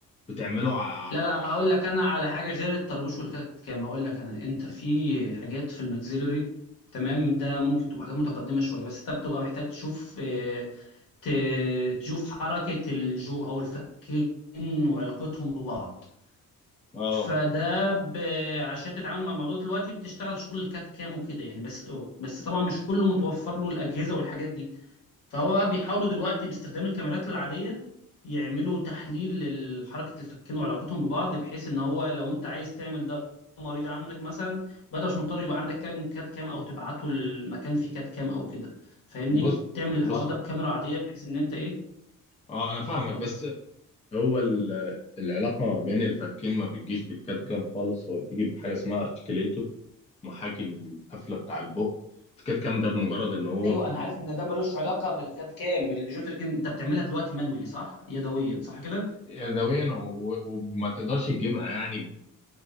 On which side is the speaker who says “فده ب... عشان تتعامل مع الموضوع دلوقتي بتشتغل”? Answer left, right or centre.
Left